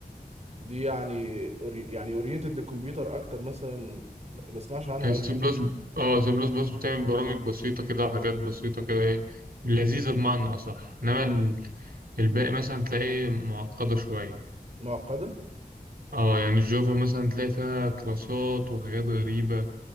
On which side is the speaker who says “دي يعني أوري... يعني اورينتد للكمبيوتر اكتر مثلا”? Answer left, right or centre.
Right